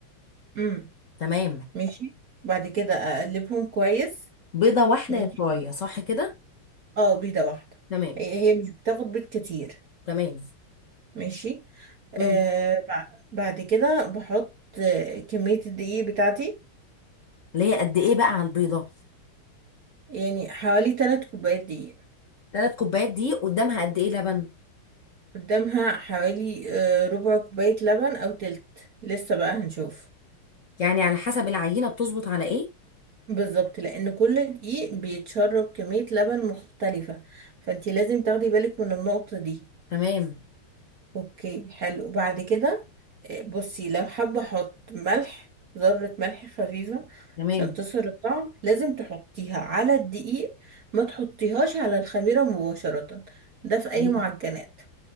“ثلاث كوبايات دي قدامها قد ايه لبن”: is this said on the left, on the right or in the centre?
Left